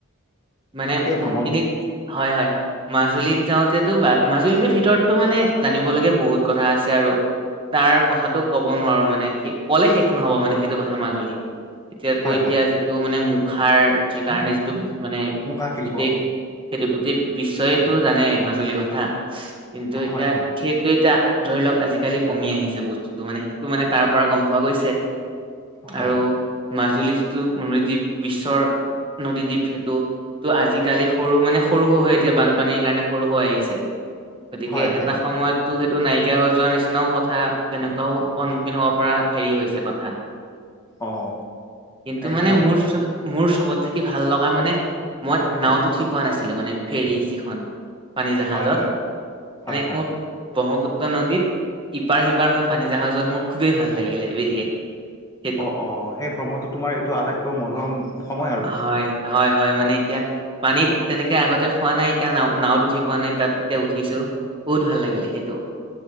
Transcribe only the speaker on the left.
সেই ভ্ৰমণটোত
হয়
হয়
মুখা শিল্প
হয় হয়
হয়
হয় হয়
অ
একদম
হয় হয় হয়
হয়
অ', অ' সেই ভ্ৰমণটো তোমাৰ এইটো আটাইতকৈ মনোৰম সময় আৰু